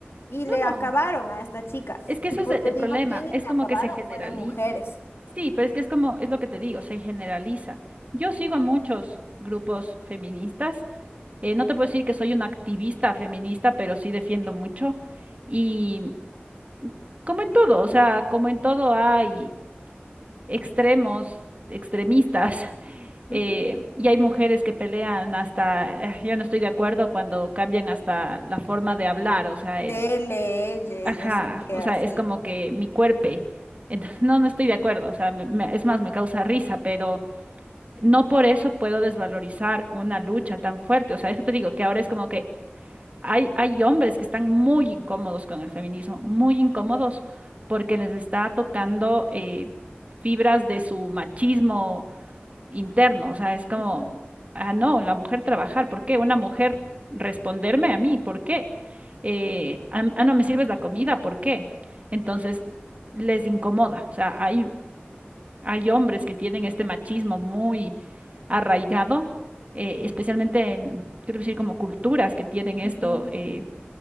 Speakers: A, on the left; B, on the right.
A: y
B: no,
A: le
B: no.
A: acabaron a esta chica.
B: Es que eso
A: Y como
B: es e-
A: te
B: el
A: digo,
B: problema,
A: quienes
B: es
A: le
B: como
A: acabaron
B: que se generaliza.
A: fueron mujeres.
B: Sí, pero es que es como, es lo que te digo, se generaliza. Yo sigo a muchos grupos feministas, eh, no te puedo decir que soy una activista feminista, pero sí defiendo mucho. Y como en todo, o sea, como en todo hay extremos, extremistas, <laughs>
A: Ujú.
B: eh, y hay mujeres que pelean hasta, eh, yo no estoy de acuerdo cuando cambian hasta la forma de hablar, o sea, el
A: Él,
B: Ajá,
A: no sé qué,
B: o sea,
A: así.
B: es como que mi cuerpo. Entonces, no, no estoy de acuerdo, o sea, me- me- es más, me causa risa, pero no por eso puedo desvalorizar una lucha tan fuerte. O sea, eso te digo, que ahora es como que hay, hay hombres que están muy incómodos con el feminismo, muy incómodos, porque les está tocando eh, fibras de su machismo interno, o sea, es como,
A: Ujú,
B: ah, no, la mujer trabajar, ¿por qué? Una mujer responderme a mí, ¿por qué? Eh, ah, ah, no me sirves la comida, ¿por qué? Entonces, les incomoda, o sea, hay, hay hombres que tienen este machismo muy arraigado, eh, especialmente en, quiero decir, como culturas que tienen esto.
A: ujú,
B: eh,